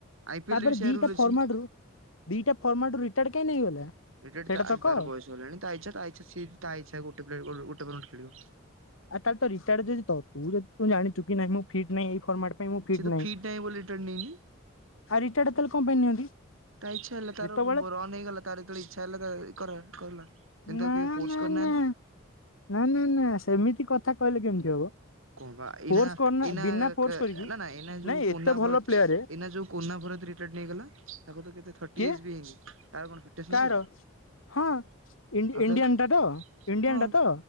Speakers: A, on the right; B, on the left.
A: ଆଇ ପି
B: ତାପରେ
A: ଏଲରେ ବି ସେୟା
B: ଦିଟା
A: ରୁଲ
B: ଫର୍ମାଟ
A: ଅଛି।
B: ରୁ ଦିଟା ଫର୍ମାଟ ରିଟାର୍ କାଇଁ ନେଇଗଲା?
A: ଏ
B: ସେଇଟା ତ କହ।
A: ତାର ବୟସ ହେଲାଣି ତା ଇଛା ତା ଇଛା ତା ଇଛା ଗୋଟେ <inaudible> ଖେଳିବ।
B: ଆ ତାହେଲେ ତ ରିଟାର୍ଡ ଯଦି ତ ତୁ ଯଦି ତୁ ଜାଣିଚୁ କିି ନାଇ ମୁଁ ଫିଟ ନାଇଁ ଏଇ ଫର୍ମାଟ୍ ପାଇଁ ମୁଁ ଫିଟ
A: ସିଏ ତ
B: ନାହିଁ
A: ଫିଟ୍ ବୋଲି ରିଟର୍ନ ନେଇନି।
B: ଆ ରିଟାର୍ଡ଼ ତାଲେ କଣ ପାଇଁ ନିଅନ୍ତି?
A: ତା ଇଚ୍ଛା ହେଲା ତାର
B: ଯେତେବେଳେ
A: ରନ ନେଇଗଲା ତାର ଯେତଳେ ଇଚ୍ଛା ହେଲା ତାର କର କରିଲା କିନ୍ତୁ
B: ନା
A: କେହି ଫୋର୍ସ
B: ନା
A: କରି ନାହାନ୍ତି।
B: ନା ନା ନା ନା ସେମିତି କଥା କହିଲେ କେମିତି ହବ?
A: କଣ ବା
B: ଫୋର୍ସ
A: ଏନା
B: କରନା
A: ଏନା
B: ବିନା ଫୋର୍ସ
A: କା
B: କରିକି
A: ନା ନା ଏନା ଯୋଉ
B: ନାଇଁ ଏତେ
A: କୋନା
B: ଭଲ
A: ପ
B: ପ୍ଲେୟାର
A: ଏଇନା ଯୋଉ କୋନା ଭରତି ରିଟାର୍ଡ଼ ନେଇଗଲା ତାକୁ ତ କେତେ
B: କିଏ
A: ଟି ଏଚ ବି ହେଇକି ତାର କଣ ଫିଟନେସ୍
B: କାହାର
A: ନଥିଲା।
B: ହଁ ଇଣ୍ଡି-ଇଣ୍ଡିଆନଟା
A: ଆଉ ତାହେଲେ
B: ତ ଇଣ୍ଡିଆନ
A: ହଁ
B: ଟା ତ